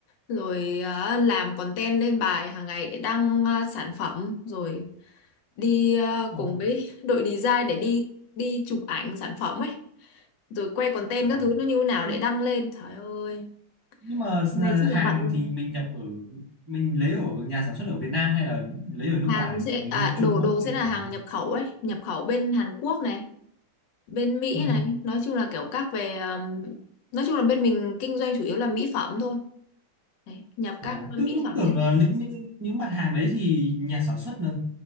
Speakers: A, on the left; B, on the right.
A: rồi ờ, làm content lên bài hàng ngày để đăng ờ, sản phẩm rồi đi ờ,
B: ờ,
A: cùng với <laughs> đội design để đi đi chụp ảnh sản phẩm ấy rồi quay content
B: phải.
A: các thứ nó như thế nào
B: Nhưng
A: để đăng lên trời ơi
B: nhưng mà s-
A: hôm nay rất
B: hàng
A: là bận luôn
B: thì mình nhập ở mình lấy ở nhà sản xuất ở Việt Nam hay là lấy ở nước
A: Hàn
B: ngoài?
A: sẽ
B: Như,
A: à
B: như Trung
A: đồ
B: Quốc
A: đồ
B: hay
A: sẽ
B: là
A: là
B: ở
A: hàng
B: đâu?
A: nhập khẩu ấy, nhập khẩu bên Hàn Quốc này, bên Mỹ
B: Ừ.
A: này, nói chung là kiểu các về um, nói chung là bên mình kinh doanh chủ yếu là mỹ phẩm thôi. Đấy, nhập
B: À,
A: các
B: tôi
A: mỹ
B: nhưng
A: phẩm
B: tưởng
A: như
B: ờ,
A: thế.
B: những những những mặt hàng đấy thì nhà sản xuất nó